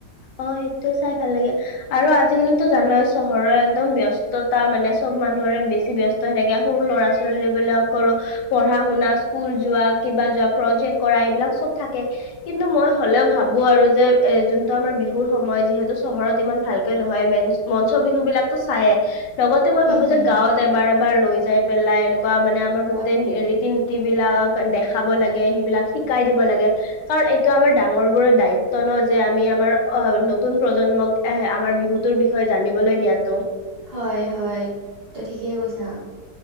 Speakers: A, on the left; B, on the right.
A: অ সেইটোয়ে চাই ভাল লাগে আৰু আজিকালিটো জানাইচোন চহৰৰ একদম ব্যস্ততা মানে চব মানুহৰে বেছি ব্যস্ত হৈ থাকে সৰু ল'ৰা ছোৱালীবিলাক আকৌ পঢ়া শুনা স্কুল যোৱা কিবা যোৱা প্ৰজেক্ট কৰা এইবিলাক চব থাকে কিন্তু মই হ হ'লেও ভাবো আৰু যে এ যোনটো আমাৰ বিহুৰ সময়, যিহেতু চহৰত ইমান ভালকে নহয় মেঞ্চ মঞ্চ বিহু বিলাকো চায়েই লগতে মই
B: হুম
A: ভাবো
B: হুম
A: যে গাঁৱত এবাৰ এবাৰ লৈ যাই পেলাই এনেকুৱা মানে আমাৰ গোটেই
B: হয়
A: ৰীতি নী তিবিলাক দেখাব লাগে, সেইবিলাক শিকাই দিব লাগে কাৰণ এইটো আমাৰ ডাঙৰ বোৰৰ দায়িত্ব ন যে আমি আমাৰ অ নতুন প্ৰজন্মক, এ আমাৰ বিহুতৰ বিষয়ে জানিবলৈ দিয়াতো।
B: হয় হয় তই ঠিকে কৈছা।